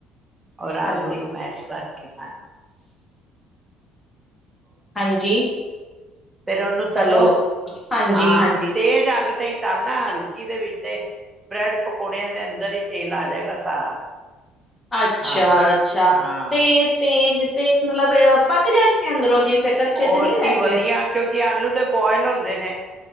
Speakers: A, on the right; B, on the left.
A: ਔਰ
B: ਹਾਂਜੀ
A: ਆਲੂ ਨੂੰ ਮੈਸ਼ ਕਰਕੇ ਖਾਈ
B: ਹਾਂਜੀ।
A: ਪਹਿਲਾ ਉਹਨੂੰ ਤਲੋ।
B: ਹੈਲੋ ਹਾਂਜੀ
A: ਹਾਂ,
B: ਹਾਂਜੀ
A: ਤੇਜ ਅੱਗ ਤੇ ਹੀ ਤਲਨਾ, ਹਲਕੀ ਦੇ ਵਿੱਚ ਤੇ ਬ੍ਰੈਡ ਪਕੌੜਿਆਂ ਦੇ ਅੰਦਰ ਹੀ ਤੇਲ ਆ ਜਾਏਗਾ ਸਾਰਾ
B: ਅੱਛਾ-ਅੱਛਾ
A: ਹਾਂ ਹਾਂ
B: ਤੇ ਤੇਜ ਤੇ ਮਤਲਬ ਅ ਪੱਕ ਜਾਂਦੀ ਅੰਦਰੋ ਦੀ ਫੇਰ ਕੱਚੇ
A: ਹੋਰ
B: ਤੇ ਨਹੀਂ
A: ਕੀ
B: ਰਹਿਣਗੇ
A: ਵਧੀਆ ਕਿਉਂਕਿ ਆਲੂ ਦੇ ਬੋਇਲ ਹੁੰਦੇ ਨੇ।